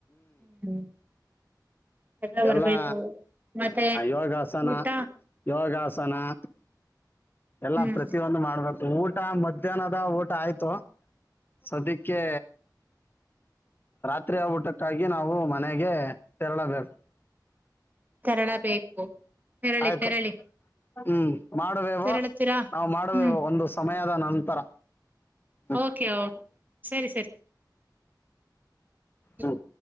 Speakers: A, on the right (about 25°); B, on the left (about 30°).
A: ಹ್ಮ್ ರಜಾ ಬರ್ಬೇಕು
B: ಎಲ್ಲಾ
A: ಮತ್ತೆ
B: ಯೋಗಾಸನ
A: ಊಟ
B: ಯೋಗಾಸನ ಸನ್ನ ಎಲ್ಲಾ
A: ಹ್ಮ್
B: ಪ್ರತಿಯೊಂದು ಮಾಡ್ಬೇಕು ಊಟ ಮಧ್ಯಾಹ್ನದ ಊಟ ಆಯ್ತು ಸದಕ್ಕೆ ರಾತ್ರಿ ಆ ಊಟಕ್ಕಾಗಿ ನಾವು ಮನೆಗೆ ತೆರಳಬೇಕು
A: ತೆರಳ ಬು ತೆರಳಿ
B: ಆಯ್ತು
A: ತೆರಳಿ
B: ಹ್ಮ್ ಮಾಡುವೇವ
A: ತೆರಳುತ್ತೀರಾ
B: ನಾವು ಮಾಡುವೆವ
A: ಹ್ಮ್
B: ಒಂದು ಸಮಯದ ನಂತರ ಹ್ಮ್
A: ಓಕೆ ಸರಿ ಸರಿ ಹ
B: ಹ್ಮ್